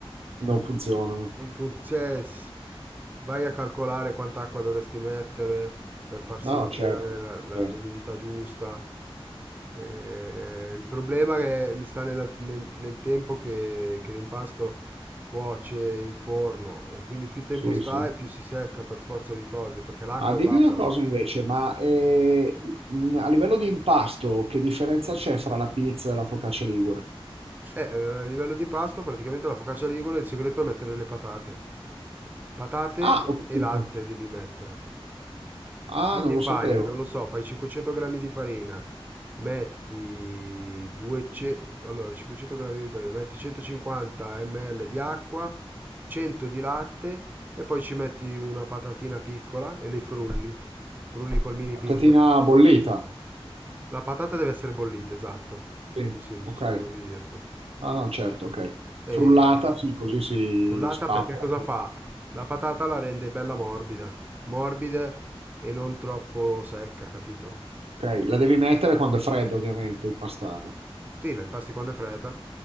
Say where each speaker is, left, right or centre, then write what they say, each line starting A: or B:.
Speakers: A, on the right; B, on the right.
A: non funzionano.
B: non funziona. Vai a calcolare quanta acqua dovresti mettere per far sì
A: No,
B: di
A: certo,
B: creare la- la-
A: certo,
B: l'umidità giusta. Eh, il problema che sta nella- nel, nel tempo che, che l'impasto cuoce in forno e quindi più tempo
A: sì,
B: sta
A: sì.
B: e più si secca per forza di cose, perché l'acqua
A: Ma dimmi
B: evapora.
A: una cosa invece, ma eh, mh, a livello di impasto, che differenza c'è fra la pizza e la focaccia ligure?
B: Eh, eh, a livello di impasto, praticamente la focaccia ligure, il segreto è mettere le patate. Patate
A: Ah,
B: e
A: ho capito.
B: e latte devi mettere.
A: Ah,
B: Quindi
A: non lo
B: fai,
A: sapevo.
B: non lo so, fai 500 grammi di farina, metti 200, allora, 500 grammi di farina, metti 150 ml di acqua, 100 di latte e poi ci metti una patatina piccola e le frulli. Frulli col mini pinner.
A: Patatina bollita.
B: La patata deve essere bollita, esatto.
A: Sì,
B: Sì, sì, mi
A: ok.
B: sono scordato di dirtelo.
A: Ah, no, certo, ok.
B: E
A: Frullata, sì, così si
B: frullata
A: spappola.
B: perché cosa fa? La patata la rende bella morbida, morbida e non troppo secca, capito?
A: Ok, la devi mettere quando è fredda, ovviamente, impastarla.
B: Sì, la impasti quando è fredda